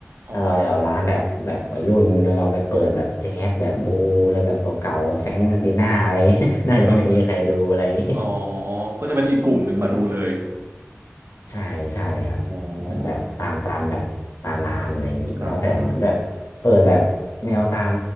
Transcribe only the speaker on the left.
ถ้าเราจะเอาร้านแบบแบบวัยรุ่นแล้วเราไปเปิดแบบแจ๊สแบบบูแล้วแบบเก่าๆแฟรงก์ซินติน่าอะไรอย่างงี้ <laughs> น่าจะไม่มีใครดูอะไรอย่างงี้
<laughs> แต่มี ใช่ใช่ครับเหมือนแบบตามตามแบบตามร้านอะไรอย่างนี้แล้วแต่เหมือนแบบเปิดแบบแนวตาม